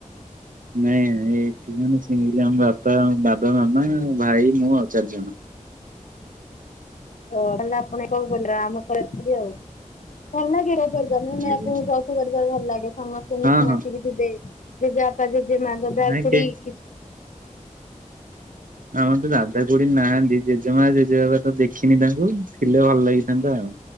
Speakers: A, on the right; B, on the left.
A: ନାଇଁ ଏଇ ମାନେ ସି ଆମ ବାପା ବାବା ମାମା ଭାଇ ମୁଁ ଆଉ ଚାରିଜଣ।
B: ତ ତାେଲେ ଆପଣ କ'ଣ ଆମ ଆଉ ଆପଣଙ୍କୁ ଭଲ ଲାଗିବ
A: ଆଜ୍ଞା
B: ଆପଣ ଭଲ ଲାଗେ ସମସ୍ତେ ମିଶି
A: ହଁ
B: ମାସିକି
A: ହଁ
B: ଥିବେ। ଜେଜେ ବାପା ଜେଜେମା ଜଜା
A: ନାଇଁ
B: କଡି
A: କେ
B: <inaudible>
A: ଆମର ତ ଦାଦା କୁଡି ନାହାନ୍ତି। ଜେଜେମା ଜେଜେବାବା ତ ଦେଖିନି ତାଙ୍କୁ ଥିଲେ ଭଲ ଲାଗିଥାନ୍ତା ଆଉ।